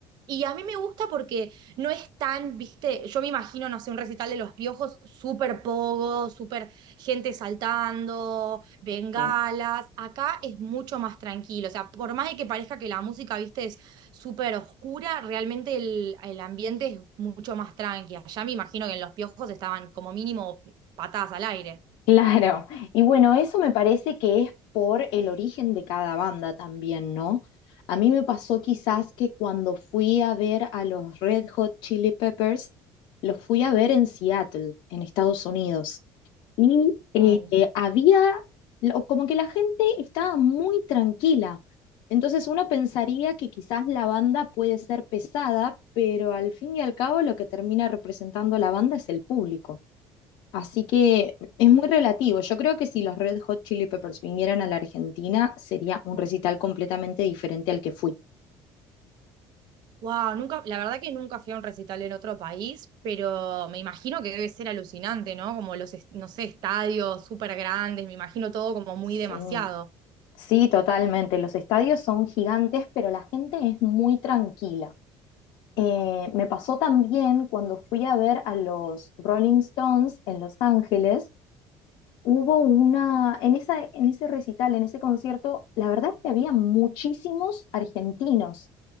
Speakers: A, on the right; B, on the left.
A: Y a mí me gusta porque no es tan, viste, yo me imagino, no sé, un recital de Los Piojos, súper pogo, súper gente saltando, bengalas.
B: Sí,
A: Acá es mucho más tranquilo. O sea, por más de que parezca que la música, viste, es súper oscura, realmente el, el ambiente es mucho más tranqui. Allá me imagino que en Los Piojos estaban como mínimo patadas al aire.
B: claro. Y bueno, eso me parece que es por el origen de cada banda también, ¿no? A mí me pasó quizás
A: Sí.
B: que cuando fui a ver a los Red Hot Chili Peppers, los fui a ver en Seattle, en Estados Unidos. Y eh,
A: Wow.
B: eh, había, lo- como que la gente estaba muy tranquila. Entonces uno pensaría que quizás la banda puede ser pesada, pero al fin y al cabo lo que termina representando la banda es el público. Así que es muy relativo. Yo creo que si los Red Hot Chili Peppers vinieran a la Argentina, sería un recital completamente diferente al que fui.
A: Wow, nunca, la verdad que nunca fui a un recital en otro país, pero me imagino que debe ser alucinante, ¿no? Como los, es- no sé, estadios súper grandes, me imagino todo como muy
B: Sí,
A: demasiado.
B: sí, totalmente. Los estadios son gigantes, pero la gente es muy tranquila. Eh, me pasó también cuando fui a ver a los Rolling Stones en Los Ángeles. Hubo una, en esa, en ese recital, en ese concierto, la verdad es que había muchísimos argentinos.